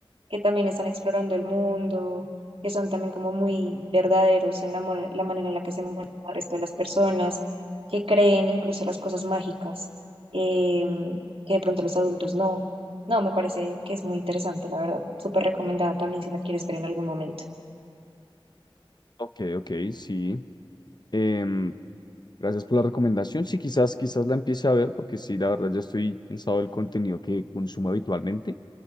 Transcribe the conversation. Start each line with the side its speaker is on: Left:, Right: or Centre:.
Right: que también están explorando el mundo, que son también como muy verdaderos en la, mo- la manera en la que se muestran al resto de las personas, que creen incluso las cosas mágicas, em, que de pronto los adultos no. No, me parece que es muy interesante, la verdad. Súper recomendada también si la quieres ver en algún momento.
Left: ok, ok, sí. Em, gracias por la recomendación. Sí, quizás, quizás la empiece a ver, porque sí, la verdad ya estoy cansado del contenido que consumo habitualmente.